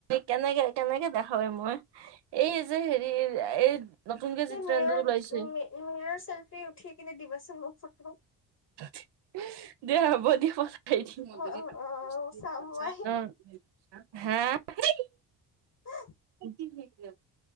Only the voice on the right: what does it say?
কেনেকে কেনেকে দেখাবে মই এই যে হেৰি এই নতুনকে যি ট্ৰেণ্ডত
ওলাইছে
<unintelligible>
<unintelligible>
এ